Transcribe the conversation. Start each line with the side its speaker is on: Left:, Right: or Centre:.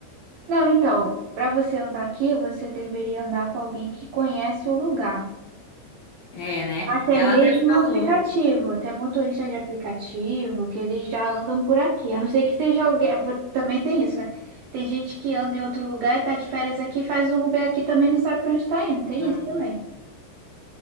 Right: Não, então, para você andar aqui, você deveria andar com alguém que conhece o lugar.
Left: É, né?
Right: Até
Left: Ela
Right: mesmo
Left: até
Right: um
Left: falou.
Right: aplicativo, até motorista de aplicativo, que eles já andam por aqui. A não ser que seja alguém. Também tem isso, né? Tem gente que anda em outro lugar e tá de férias aqui, faz um Uber aqui também não sabe pra onde tá indo. Tem
Left: "Hum,
Right: isso também.